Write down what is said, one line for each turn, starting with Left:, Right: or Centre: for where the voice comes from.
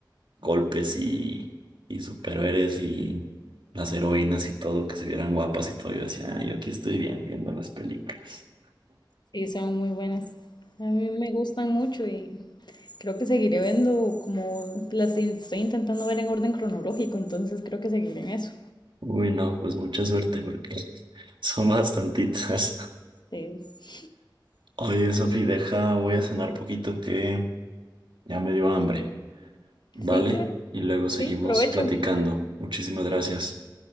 Right: golpes y, y superhéroes y las heroínas y todo, que se vieran guapas y todo. Yo decía, ah, yo aquí estoy bien viendo las películas.
Left: Y son muy buenas. A mí me gustan mucho y creo que seguiré viendo como las in- estoy intentando ver en orden cronológico, entonces creo que seguiré en eso.
Right: Uy, no, pues mucha suerte porque <laughs> son bastantitas.
Left: Sí,
Right: Oye, Sofi, deja, voy a cenar poquito que ya me dio hambre. Vale,
Left: sí, claro.
Right: y luego
Left: Sí,
Right: seguimos
Left: provecho.
Right: platicando. Muchísimas gracias.